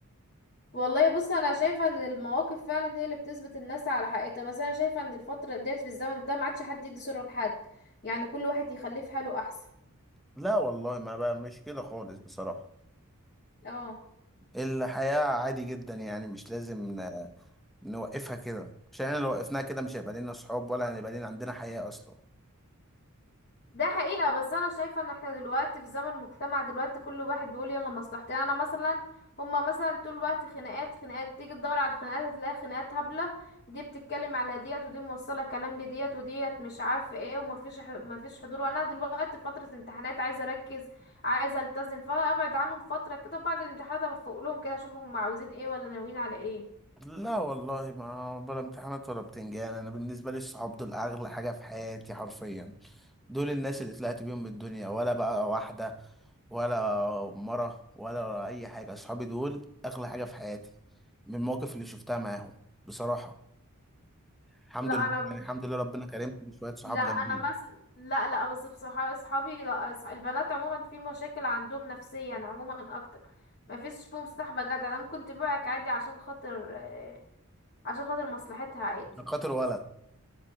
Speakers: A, on the left; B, in the centre.
A: والله بص انا شايفة ان المواقف فعلا هي اللي بتثبت الناس على حقيقتها بس انا شايفة ان الفترة ديت في الزمن ده ما عادش حد يدي سره لحد يعني كل واحد يخليه في حاله احسن
B: لا والله ما بقى مش كده خالص بصراحة
A: اه
B: الحياة عادي جدا يعني مش لازم ن- نوقفها كده عشان لو وقفناها كده مش هيبقى لنا صحاب ولا هيبقى لنا عندنا حياة اصلا
A: ده حقيقة بس انا شايفة ان احنا دلوقتي في زمن مجتمع دلوقتي كل واحد بيقول يلا مصلحتي يعني انا مثلا هما مثلا طول الوقت خناقات خناقات تيجي تدور على الخناقات هتلاقي خناقات هبلة دي بتتكلم على ديت ودي موصلة كلام لديت وديت مش عارفة ايه ومفيش ح- مفيش حضور وانا دلوقتي في فترة امتحانات عايزة اركز عايزة التزم فابعد عنهم فترة كده بعد الامتحانات ابقى فوق لهم كده اشوف هما عاوزين ايه ولا ناويين على ايه
B: لا والله ما بلا امتحانات ولا بتنجان انا بالنسبه لي الصحاب دول اغلى حاجه في حياتي حرفيا دول الناس اللي طلعت بيهم من الدنيا ولا بقى واحده ولا مره ولا اي حاجه اصحابي دول اغلى حاجه في حياتي من المواقف اللي شفتها معاهم بصراحه الحمد
A: لا
B: لله
A: انا مش
B: يعني الحمد لله ربنا كرمني بشويه صحاب
A: لا انا
B: جنبي
A: مثلا لا لا بس بصراحه اصحابي لا أص- البنات عموما في مشاكل عندهم نفسيا عموما اكتر ما فيش فيهم صاحبه جدع انا ممكن تبيعك عادي عشان خاطر آه، عشان خاطر مصلحتها عادي
B: عشان خاطر ولد